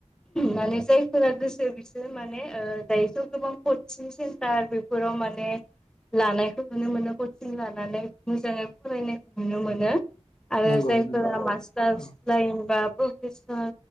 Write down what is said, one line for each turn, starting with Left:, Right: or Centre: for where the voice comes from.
Centre: माने जायफोरा गोसो बिसोर माने ओ दायोथ' गोबां कचिं सेन्टार बेफोर राव माने लानायखौ नुनो मोनो कचिं लानानै मोजाङै फरायनायखौ नुनो मोनो आरो
Left: नंगौ
Centre: जायफोरा
Left: नंगौ
Centre: मास्टार्स
Left: औ
Centre: लाइन बा प्रफेसार